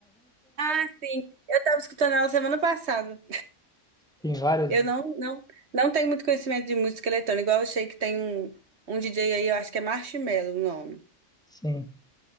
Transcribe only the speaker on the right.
Ah, sim. Eu estava escutando ela semana passada.
Eu não, não, não tenho muito conhecimento de música eletrônica. Igual eu sei que tem um, um DJ aí, eu acho que é Marshmello o nome.